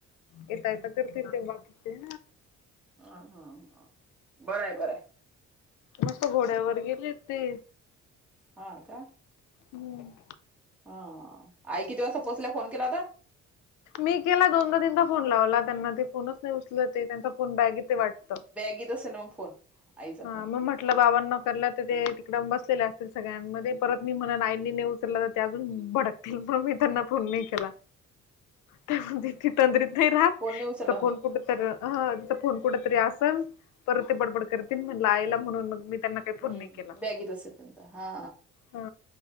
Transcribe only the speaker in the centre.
हा हा बरंय बरंय
हा का
हा आई किती वाजता पोहोचल्या फोन केल्या होत्या
बॅगी त असेल मग फोन आईचा
फोन
फोन नाही उचलला म्हणे
हम्म
बॅगेत असेल त्यांचा हा